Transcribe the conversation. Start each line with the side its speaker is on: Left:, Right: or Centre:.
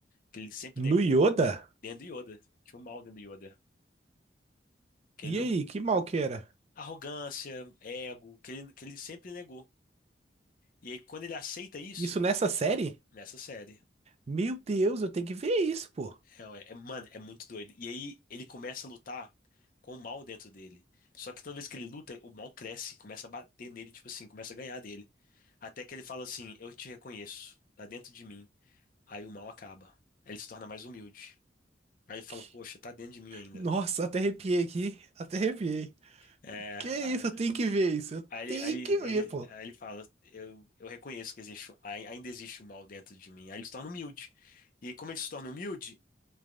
Left: que ele sempre
Right: no
Left: negou,
Right: Yoda?
Left: dentro do Yoda. Tinha um mal dentro do Yoda. Que
Right: E
Left: ele não,
Right: aí, que mal que era?
Left: arrogância, ego, que ele, que ele sempre negou. E aí, quando ele aceita isso,
Right: Isso nessa série?
Left: nessa série,
Right: Meu Deus, eu tenho que ver isso, pô.
Left: é, é- é, mano, é muito doido. E aí, ele começa a lutar com o mal dentro dele. Só que toda vez que ele luta, o mal cresce, começa a bater nele, tipo assim, começa a ganhar dele. Até que ele fala assim: Eu te reconheço, tá dentro de mim. Aí o mal acaba. Aí ele se torna mais humilde. Aí ele fala:
Right: Que-
Left: Poxa, tá dentro de mim ainda.
Right: Nossa, até arrepiei aqui, até arrepiei.
Left: É.
Right: Que isso, eu tenho que ver isso, eu
Left: Aí,
Right: tenho
Left: ele, aí
Right: que
Left: ele,
Right: ver,
Left: ele-
Right: pô.
Left: aí ele fala, eu, eu reconheço que existe, ai- ainda existe o mal dentro de mim. Aí ele se torna humilde. E como ele se torna humilde,